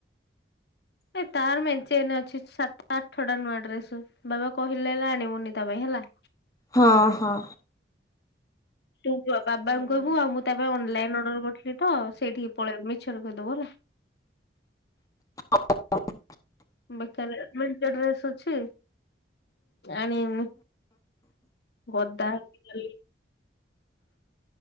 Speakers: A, on the left (about 65°); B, on the left (about 20°).
A: ଏ ତାର ମେଞ୍ଚେ ଏଇନେ ଅଛି ସାତ ଆଠ ଟା ନୂଆ ଡ୍ରେସ୍, ବାବା କହିଲେ ହେଲେ ଆଣିବୁନି ତା ପାଇଁ ହେଲା।
B: ହଁ ହଁ।
A: ତୁ ବାବାଙ୍କୁ
B: ହଁ।
A: କହିବୁ ଆଉ ମୁଁ ତା ପାଇଁ ଅନଲାଇନ୍ ଅର୍ଡର କରିଥିଲି ତ, ସେଇଠିକି ପଳେଇବ ମିଛରେ କହିଦେବୁ ହେଲା। <inaudible>
B: <unintelligible>
A: ବେକାରେ ମେଞ୍ଚେ ଡ୍ରେସ୍ ଅଛି, ଆଣିବୁନି। ଗଦା ହେଇଚି ଖାଲି।